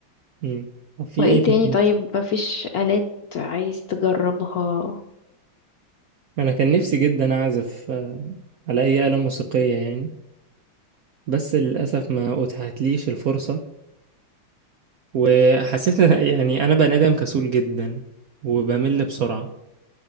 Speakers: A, on the right; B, on the left.
A: مم. طب في
B: وايه
A: ايه تاني
B: تاني طيب مفيش آلات عايز تجربها
A: انا كان نفسي جدا اعزف آه، على اي آلة موسيقية يعني بس للأسف ما اتاحتليش الفرصة وحسيت إن- <laughs> يعني انا بني ادم كسول جدا وبمل بسرعة